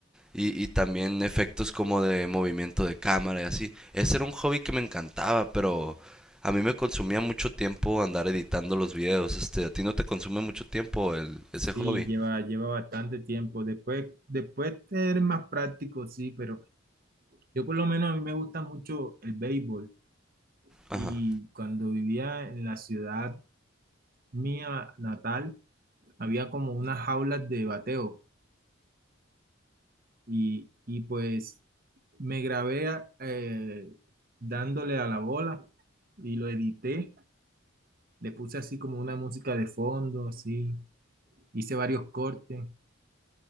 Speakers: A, in the centre; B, on the right.
A: Y, y también efectos como de movimiento de cámara y así. Ese era un hobby que me encantaba, pero a mí me consumía mucho tiempo andar editando los videos. Este, a ti no te consume mucho tiempo el, ese
B: Sí,
A: hobby.
B: lleva, lleva bastante tiempo. Después, después ser más práctico, sí, pero yo por lo menos a mí me gusta mucho el béisbol.
A: Ajá.
B: Y cuando vivía en la ciudad mía natal, había como unas jaulas de bateo. Y, y pues me grabé a- eh, dándole a la bola y lo edité. Le puse así como una música de fondo, así. Hice varios cortes